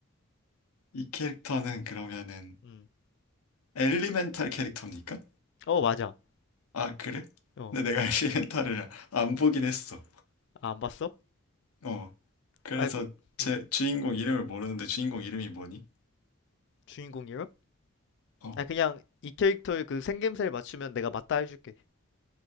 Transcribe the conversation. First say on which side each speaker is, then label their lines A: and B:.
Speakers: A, on the left; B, on the left.
A: 이 캐릭터는 그러면은
B: 음.
A: 엘리멘탈 캐릭터입니까?
B: 어, 맞아.
A: 아, 그래?
B: 어.
A: 근데 내가 <laughs> 엘리멘탈을 안 보긴 했어.
B: 아, 안 봤어?
A: 어. 그래서
B: 아이고.
A: 제
B: 음.
A: 주인공 이름을 모르는데 주인공 이름이 뭐니?
B: 주인공이요?
A: 어.
B: 아, 그냥 이 캐릭터의 그 생김새를 맞추면 내가 맞다 해줄게.